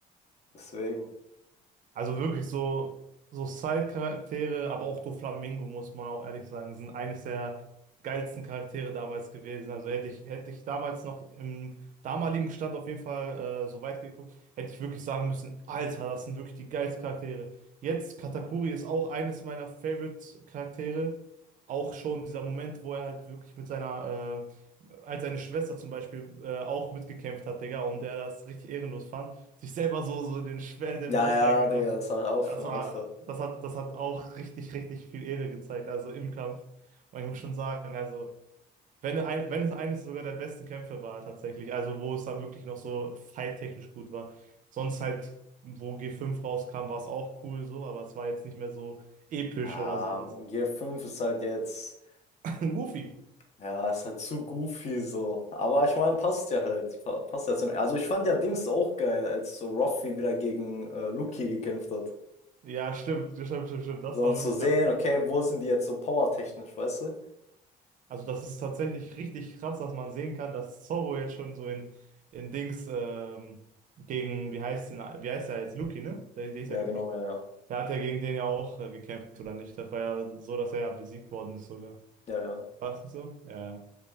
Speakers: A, on the left; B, on the right.
A: deswegen.
B: Also wirklich so, so Side-Charaktere, aber auch Doflamingo, muss man auch ehrlich sagen, sind eines der geilsten Charaktere damals gewesen. Also hätte ich, hätte ich damals noch im damaligen Stand auf jeden Fall äh, so weit geguckt, hätte ich wirklich sagen müssen, Alter, das sind wirklich die geilsten Charaktere. Jetzt, Katakuri ist auch eines meiner Favorite-Charaktere. Auch schon dieser Moment, wo er halt wirklich mit seiner, äh, als seine Schwester zum Beispiel äh, auch mitgekämpft hat, Digga, und er das richtig ehrenlos fand sich selber so, so den schwer in den
A: Ja,
B: Bauch
A: ja,
B: reingerafft
A: Digga,
B: hat.
A: das war auch
B: Das
A: schon
B: war,
A: Alpha.
B: das hat, das hat auch richtig, richtig viel Ehre gezeigt, also im Kampf. Und ich muss schon sagen, also, wenn, ein, wenn es eines sogar der besten Kämpfe war, tatsächlich, also wo es dann wirklich noch so fight-technisch gut war. Sonst halt, wo G5 rauskam, war es auch cool so, aber es war jetzt nicht mehr so episch
A: Ja,
B: oder sowas.
A: G5 ist halt jetzt,
B: <laughs> Goofy.
A: ja, ist halt zu goofy so. Aber ich meine, passt ja halt. pa- Passt ja zum. Also ich fand ja Dings auch geil, als so Ruffy wieder gegen äh, Lucky gekämpft hat.
B: Ja, stimmt, stimmt, stimmt, stimmt. Das
A: So,
B: war
A: um zu
B: wirklich.
A: sehen, okay, wo sind die jetzt so powertechnisch, weißt du?
B: Also das ist tatsächlich richtig krass, dass man sehen kann, dass Zorro jetzt schon so in, in Dings ähm, gegen, wie heißt den, wie heißt der jetzt? Lucky, ne? Der, der ist
A: Ja,
B: ja Lucky.
A: genau, ja, ja.
B: Der hat ja gegen den ja auch äh, gekämpft, oder nicht? Das war ja so, dass er ja besiegt worden ist sogar.
A: Ja, ja.
B: War es nicht so? Ja. ja.